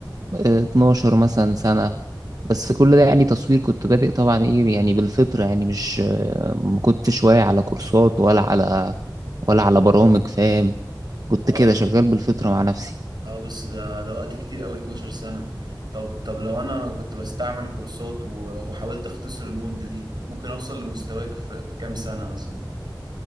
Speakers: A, on the right; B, on the right.
A: آه، 12 مثلا سنه بس كل ده يعني تصوير كنت بادئ طبعا ايه يعني بالفطره يعني مش آه، ما كنتش واعي على كورسات ولا على ولا على برامج فاهم كنت
B: اه
A: كده شغال بالفطرة مع نفسي
B: اه بس ده ده وقت كتير قوي 12 سنة طب طب لو انا كنت بستعمل كورسات و- وحاولت اختصر المدة دي ممكن اوصل لمستواك في, في كام سنة مثلا